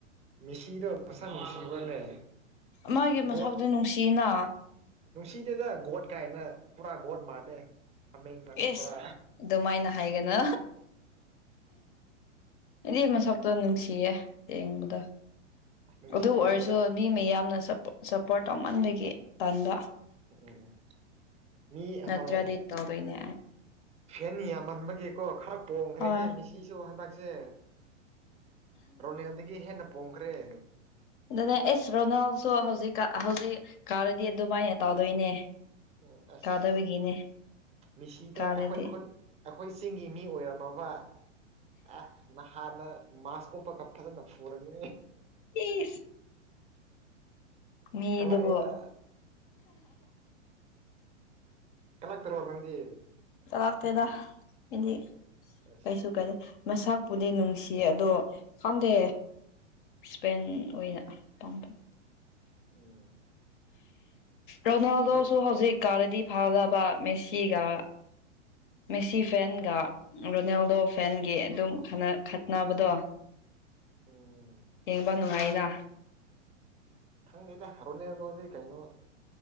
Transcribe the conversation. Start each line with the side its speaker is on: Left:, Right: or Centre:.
Right: ꯃꯦꯁꯤꯗꯣ ꯃꯁꯛ ꯅꯨꯡꯁꯤꯕ꯭ꯔꯅꯦ
Left: ꯃꯥꯒꯤ ꯃꯁꯛꯇꯣ
Right: ꯒꯣꯠ
Left: ꯅꯨꯡꯁꯤꯅ
Right: ꯅꯨꯡꯁꯤꯗꯦꯗ ꯒꯣꯠ ꯀꯥꯏꯅ ꯄꯨꯔꯥ ꯒꯣꯠ ꯃꯥꯜꯂꯦ ꯍꯥꯃꯦꯡ ꯃꯅꯤ
Left: ꯑꯦꯁ
Right: ꯄꯨꯔꯥ
Left: ꯑꯗꯨꯃꯥꯏꯅ ꯍꯥꯏꯒꯅꯨ ꯏꯗꯤ ꯃꯁꯛꯇꯣ ꯅꯨꯡꯁꯤꯌꯦ ꯌꯦꯡꯕꯗ
Right: ꯅꯨꯡꯁꯤꯗꯦꯗ
Left: ꯑꯗꯨ ꯑꯔꯖꯨꯟ
Right: ꯌꯥꯝ
Left: ꯃꯤ ꯃꯌꯥꯝꯅ ꯁꯞꯄꯣꯔꯠ ꯁꯞꯄꯣꯔꯠ ꯇꯧꯃꯟꯕꯒꯤ ꯇꯟꯕ
Right: ꯎꯝ ꯃꯤ
Left: ꯅꯠꯇ꯭ꯔꯗꯤ
Right: ꯍꯣꯢ
Left: ꯇꯧꯗꯣꯏꯅꯦ
Right: ꯐꯦꯟ ꯌꯥꯝꯃꯟꯕꯒꯤꯀꯣ ꯈꯔ ꯄꯣꯡꯈ꯭ꯔꯦꯍꯦ
Left: ꯍꯣꯏ
Right: ꯃꯤꯁꯤꯁꯨ ꯍꯟꯗꯛꯁꯦ ꯔꯣꯅꯤꯌꯥꯗꯒꯤ ꯍꯦꯟꯅ ꯄꯣꯡꯈ꯭ꯔꯦ
Left: ꯑꯗꯨꯅꯦ ꯑꯦꯁ ꯔꯣꯅꯥꯜꯁꯨ ꯍꯧꯖꯤꯛ ꯍꯧꯖꯤꯛ ꯀꯥꯔꯗꯤ ꯑꯗꯨꯃꯥꯏꯅ ꯇꯧꯗꯣꯏꯅꯦ
Right: ꯎ ꯑꯁ
Left: ꯀꯥꯗꯕꯒꯤꯅꯦ
Right: ꯃꯤꯁꯤꯗ
Left: ꯀꯥꯔꯗꯤ
Right: ꯑꯩꯈꯣꯏ ꯈꯨꯟ ꯑꯈꯣꯏ ꯆꯤꯡꯒꯤ ꯃꯤ ꯑꯣꯏꯔꯝꯃꯕ ꯑ ꯅꯍ ꯍꯥꯟꯅ ꯃꯥꯁ ꯎꯞꯄꯒꯞ ꯐꯖꯅ ꯐꯨꯔꯅꯤ
Left: ꯀꯤꯁ ꯃꯤꯗꯕꯨꯣ
Right: ꯀꯂꯛꯑꯦꯕ ꯀꯜꯂꯛꯇꯔꯣ ꯅꯪꯗꯤ
Left: ꯆꯂꯥꯛ ꯇꯗꯗꯤ
Right: ꯑꯁ
Left: ꯀꯩꯁꯨ ꯀꯦ ꯃꯁꯥꯄꯨꯗꯤ ꯅꯨꯡꯁꯤꯌꯦ ꯑꯗꯣ ꯈꯪꯗꯦ ꯏꯁꯄꯦꯟ ꯑꯣꯏꯅ ꯄꯥꯝꯕꯝ
Right: ꯎꯝ
Left: ꯔꯣꯅꯥꯜꯗꯣꯁꯨ
Right: ꯅꯣꯏ
Left: ꯍꯧꯖꯤꯛ ꯀꯔꯗꯤ ꯐꯒꯕ ꯃꯦꯁꯤꯒ ꯃꯦꯁꯤ ꯐꯦꯟꯒ ꯔꯣꯅꯥꯜꯗꯣ ꯐꯦꯟꯒꯤ ꯑꯗꯨꯝ ꯈꯠꯅ ꯈꯠꯅꯕꯗꯣ <inaudible>
Right: ꯑꯣꯝ
Left: ꯌꯦꯡꯕ ꯅꯨꯡꯉꯥꯏꯅ
Right: ꯈꯪꯗꯦꯗ ꯔꯣꯅꯦꯜꯗꯣꯗꯤ ꯀꯩꯅꯣ